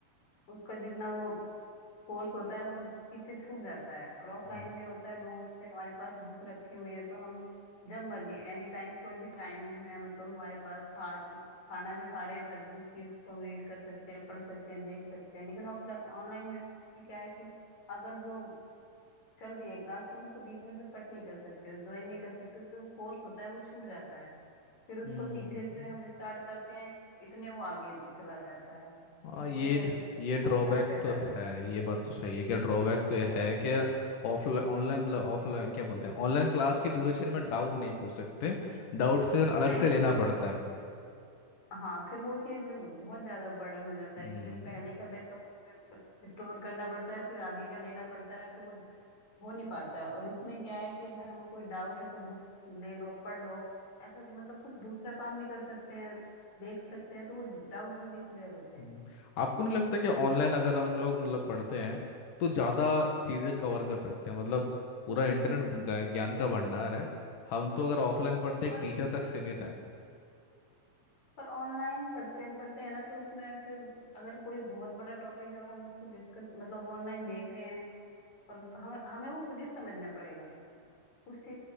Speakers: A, on the left; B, on the left.
A: उसका जितना वो कोर्स होता है वो पीछे छूट जाता है और ऑफलाइन
B: हम्म
A: में होता है नोट्स पे हमारे पास बुक रखी हुई है तो हम जब मर्जी एनी टाइम कोई भी टाइम है मतलब हमारे पास खा खाना भी खा रहे हैं तब भी उस चीज को हम रीड कर सकते हैं पढ़ सकते हैं देख सकते हैं लेकिन ऑफलाइन ऑनलाइन में क्या है कि अगर जो चल रही है क्लास तो हम उसको बीच में फिर कट नहीं कर सकते और ज्वाइन नहीं कर सकते जो वो कोर्स होता है वो छूट जाता है फिर उसको
B: हम्म
A: पीछे से हम स्टार्ट करते हैं इतने वो आगे चला जाता है
B: हाँ
A: इसलिए
B: ये ये ड्रॉबैक
A: ऑफलाइन बेटर
B: तो है
A: है
B: ये बात तो सही है क्या ड्रॉबैक तो ये है कि ऑफलाइन ऑनलाइन मतलब ऑफलाइन क्या बोलते हैं ऑनलाइन क्लास के ड्यूरेशन में डाउट नहीं पूछ सकते डाउट से अलग
A: नहीं
B: से लेना
A: पूछ
B: पड़ता है
A: हाँ फिर वो चीज बहुत ज्यादा बर्डन हो जाता
B: हम्म,
A: है कि जो पहले का बैकअप स्टोर करना पड़ता है फिर आगे का लेना पड़ता है तो वो हो नहीं पाता है और इसमें क्या है कि अगर हमें कोई डाउट है तो बुक्स ले लो पढ़ लो ऐसा मतलब कुछ दूसरा काम भी कर सकते हैं देख सकते हैं तो वो डाउट जल्दी क्लियर होते हैं
B: हम्म। आपको नहीं लगता कि ऑनलाइन अगर हम लोग मतलब पढ़ते हैं तो ज़्यादा चीज़ें कवर कर सकते हैं मतलब पूरा इंटरनेट ज्ञान का भंडार है हम तो अगर ऑफलाइन पढ़ते एक
A: पर
B: टीचर तक सीमित है
A: पर ऑनलाइन पढ़ते पढ़ते हैं ना तो उसमें फिर अगर कोई बहुत बड़ा टॉपिक है और हम उसको डिस्कस मतलब ऑनलाइन देख रहे हैं और हम हमें वो खुद ही समझना पड़ेगा कुछ